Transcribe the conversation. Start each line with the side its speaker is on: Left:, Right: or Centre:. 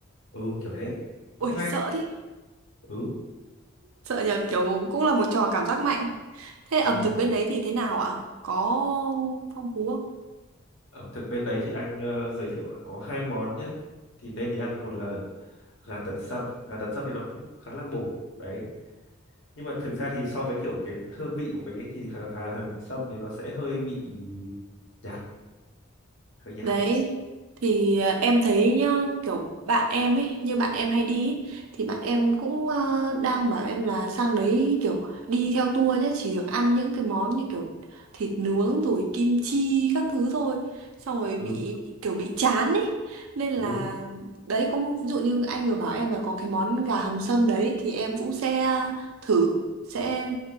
Left: ừ kiểu thế
Right: Ôi
Left: cũng hay
Right: sợ thế.
Left: ừ
Right: Sợ nhờ kiểu cũng là một trò cảm giác mạnh. Thế ẩm
Left: ừ
Right: thực bên đấy thì thế nào ạ? Có phong phú không?
Left: ẩm thực bên đấy thì anh ờ, giới thiệu là có hai món nhé thì nên đi ăn một là gà tần sâm gà tần sâm thì nó cũng khá là bổ đấy nhưng mà thực ra thì so với kiểu cái hương vị của mình ấy thì gà, gà hầm sâm thì nó sẽ hơi bị nhạt hơi nhạt
Right: Đấy thì à, em thấy nhá kiểu bạn em ấy như bạn em hay đi ấy, thì bạn em cũng ờ, đang bảo em là sang đấy kiểu đi theo tour nhá chỉ được ăn những cái món như kiểu thịt nướng rồi kim chi các thứ thôi xong rồi
Left: ừ
Right: bị bị- kiểu bị chán ấy nên là
Left: ừ
Right: đấy có một- ví dụ như anh vừa bảo em là có cái món gà hầm sâm đấy thì em cũng sẽ thử sẽ